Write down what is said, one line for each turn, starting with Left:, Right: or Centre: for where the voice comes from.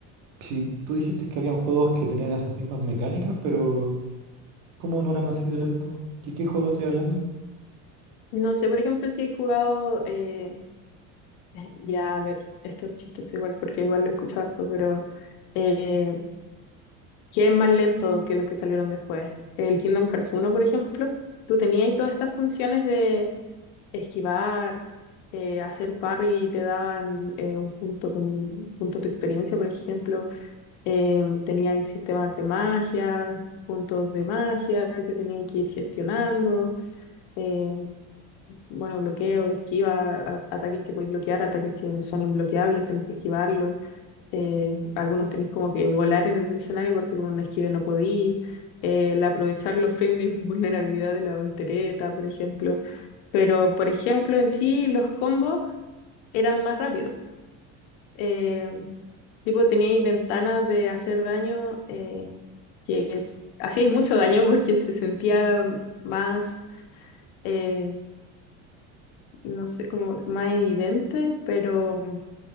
Right: si tú dijiste que habían juegos que tenían esas mismas mecánicas, pero ¿cómo no eran así de lento? ¿Qué, qué juego estoy hablando?
Left: No sé, por ejemplo, si he jugado, eh, ya a ver, esto es chistoso igual porque igual lo he escuchado harto, pero... eh, que es más lento que los que salieron después. El Kingdom Hearts uno por ejemplo, tú tenías todas estas funciones de esquivar, eh, hacer parry y te daban eh, un punto con puntos de experiencia, por ejemplo. Eh, tenías sistemas de magia, puntos de magia que tenías que ir gestionando. eh, bueno, bloqueo, esquiva, a- ataques que podéis bloquear, ataques que son inbloqueables, tenés que esquivarlos eh, algunos tenéis como que volar en el escenario porque con un esquive no podí, el aprovechar los frames de inf- vulnerabilidad de la voltereta, por ejemplo. Pero, por ejemplo, en sí los combos eran más rápidos. Eh, tipo, teníais ventanas de hacer daño eh, que es- hacíais mucho daño <laughs> porque se sentía más, eh, no sé, como más evidente, pero